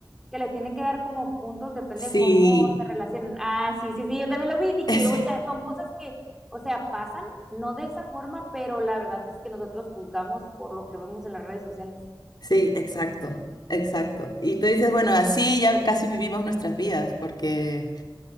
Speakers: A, in the centre; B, on the left.
A: que les tienen que dar como puntos, depende
B: sí,
A: de cómo se relacionen. Ah, sí, sí, sí, yo también lo vi, dije,
B: <laughs> ese,
A: o sea, son cosas que, o sea, pasan, no de esa forma, pero la verdad es que nosotros juzgamos por lo que vemos en las redes sociales.
B: sí, exacto, exacto. Y tú dices, bueno, así ya casi vivimos nuestras vidas, porque...